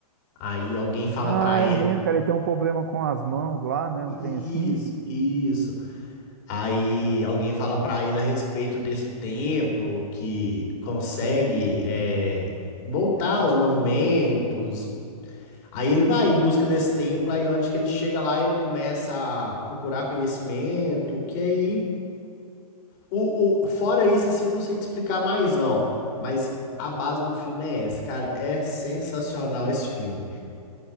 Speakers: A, on the left (about 25°); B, on the right (about 30°).
A: Aí alguém fala
B: Ah,
A: pra ele,
B: é mesmo, cara, ele tem um problema com as mãos lá, né?
A: isso,
B: Um trem assim.
A: isso. Aí alguém fala pra ele a respeito desse templo que consegue é, voltar aos movimentos. Aí ele vai em busca desse templo, aí onde que ele chega lá, ele começa a procurar conhecimento, que aí O, o- fora isso, assim, eu não sei te explicar mais, não. Mas a base do filme é essa, cara. É sensacional esse filme.